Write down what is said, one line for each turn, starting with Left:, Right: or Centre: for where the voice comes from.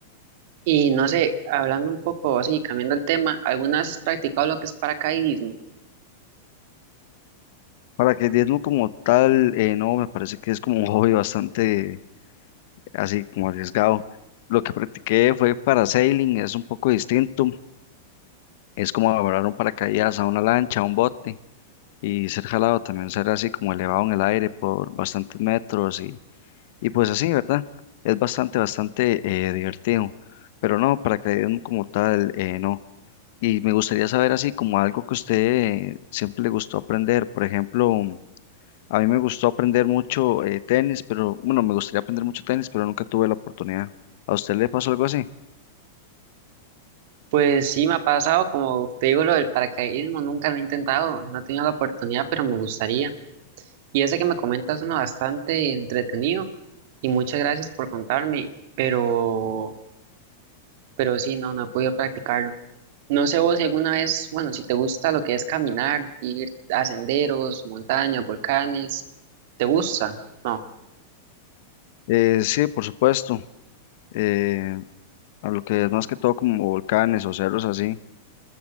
Right: Y no sé, hablando un poco así, cambiando el tema, ¿alguna vez has practicado lo que es paracaidismo?
Left: Para que diezmo como tal, eh, no, me parece que es como un <laughs> hobby bastante así como arriesgado. Lo que practiqué fue parasailing, es un poco distinto, es como agarrar un paracaídas a una lancha, a un bote. y ser jalado también, ser así como elevado en el aire por bastantes metros y, y pues así, ¿verdad? Es bastante, bastante eh, divertido, pero no, paracaidismo como tal, eh, no. Y me gustaría saber así como algo que a usted eh, siempre le gustó aprender, por ejemplo, a mí me gustó aprender mucho eh, tenis, pero bueno, me gustaría aprender mucho tenis, pero nunca tuve la oportunidad. ¿A usted le pasó algo así?
Right: Pues sí, me ha pasado, como te digo, lo del paracaidismo, nunca lo he intentado, no he tenido la oportunidad, pero me gustaría. Y ese que me comentas suena bastante entretenido y muchas gracias por contarme, pero, pero sí, no, no he podido practicarlo. No sé vos si alguna vez, bueno, si te gusta lo que es caminar, ir a senderos, montañas, volcanes, ¿te gusta? No.
Left: Eh, sí, por supuesto. eh, a lo que es más que todo como volcanes o cerros así.